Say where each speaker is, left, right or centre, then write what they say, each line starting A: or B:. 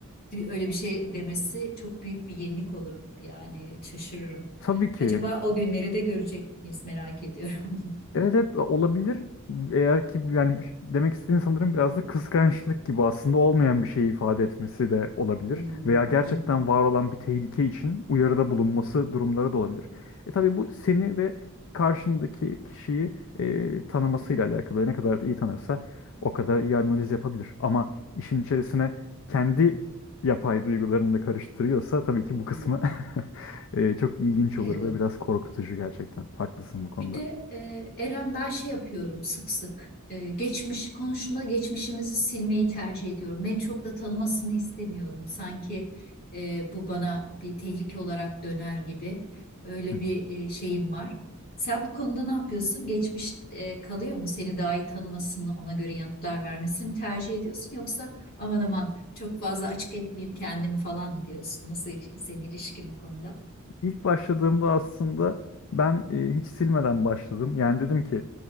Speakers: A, on the left; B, on the left.
A: bir- öyle bir şey demesi çok büyük bir yenilik olur yani şaşırırım.
B: Tabii ki.
A: Acaba o günleri de görecek miyiz merak ediyorum.
B: Evet evet olabilir. Eğer ki yani demek istediğin sanırım biraz da kıskançlık gibi aslında olmayan bir şeyi ifade etmesi de olabilir.
A: <laughs> Hı hı,
B: Veya gerçekten
A: hı hı,
B: var olan bir tehlike için uyarıda bulunması durumları da olabilir. E tabii bu seni ve karşındaki kişiyi e, tanımasıyla alakalı. Ne kadar iyi tanırsa o kadar iyi analiz yapabilir. Ama işin içerisine kendi yapay duygularını da karıştırıyorsa tabii ki bu kısmı
A: hı hı.
B: <laughs> e, çok ilginç
A: Evet.
B: olur ve biraz korkutucu gerçekten. Haklısın bu konuda.
A: Bir de e, Eren ben şey yapıyorum sık sık. E, geçmiş konuşma geçmişimizi silmeyi tercih ediyorum. Beni çok da tanımasını istemiyorum. Sanki e, bu bana bir tehlike olarak döner gibi. Öyle
B: <laughs>
A: bir e, şeyim var. Sen bu konuda ne yapıyorsun? Geçmiş e, kalıyor mu? Seni daha iyi tanımasını, ona göre yanıtlar vermesini tercih ediyorsun yoksa aman aman çok fazla açık etmeyeyim kendimi falan mı diyorsun? Nasıl il- senin ilişkin bu konuda?
B: İlk başladığımda aslında ben e, hiç silmeden başladım. Yani dedim ki